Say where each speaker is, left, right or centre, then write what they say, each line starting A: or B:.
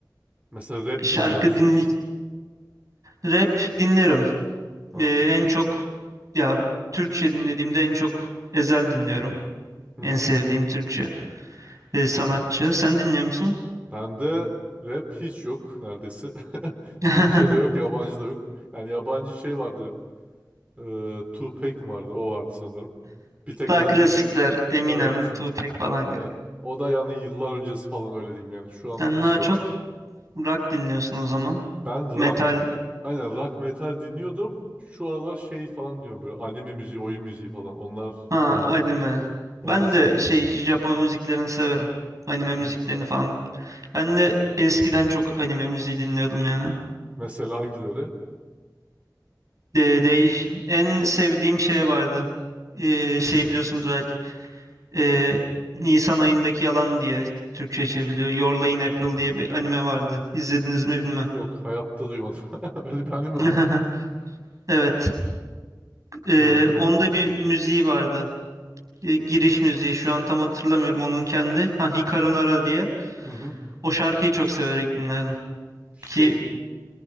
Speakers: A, on the right (about 20°); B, on the right (about 50°).
A: Mesela rap
B: Şarkı
A: dinliyor musunuz?
B: din rap dinlerim.
A: Ha.
B: Eee, en çok ya Türkçe dinlediğimde en çok Ezel dinliyorum.
A: Hı
B: En
A: hı.
B: sevdiğim Türkçe eee, sanatçı. Sen dinliyor musun?
A: Bende rap hiç yok neredeyse. <laughs>
B: <laughs>
A: Türkçe de yok, yabancı da yok. Yani yabancı şey vardı. E, Tupac mi vardı? O vardı sanırım. Bir tek
B: Daha
A: onu
B: klasikler
A: din-
B: Eminem,
A: Evet.
B: Tupac falan.
A: Aynen. O da yani yıllar öncesi falan öyle diyeyim yani. Şu an
B: Sen
A: hiç
B: daha
A: yok.
B: çok rock dinliyorsun o zaman.
A: Ben rock,
B: Metal
A: aynen rock metal dinliyordum. Şu aralar şey falan diyorum böyle anime müziği, oyun müziği falan. Onlar
B: Ha
A: daha
B: anime.
A: daha
B: Ben
A: hoşuma
B: de
A: gidiyor.
B: şey Japon müziklerini severim. Anime müziklerini
A: Hı.
B: falan. Ben de eskiden çok anime müziği dinliyordum yani.
A: Mesela hangileri?
B: De, değiş en sevdiğim şey vardı. Ee,
A: Hı.
B: şey biliyorsunuz belki. Ee, Nisan ayındaki yalan diye Türkçe çevriliyor. Your Lie in April diye bir anime vardı. İzlediniz mi bilmem.
A: Yok, hayatta duymadım. <laughs> Öyle bir anime
B: <laughs>
A: mi var?
B: Evet. Ee,
A: Ha.
B: onda bir müziği vardı. Ee, giriş müziği. Şu an tam hatırlamıyorum onun kendi. Ha Hikaru Nara diye.
A: Hı hı.
B: O şarkıyı çok severek dinlerdim
A: Şey
B: ki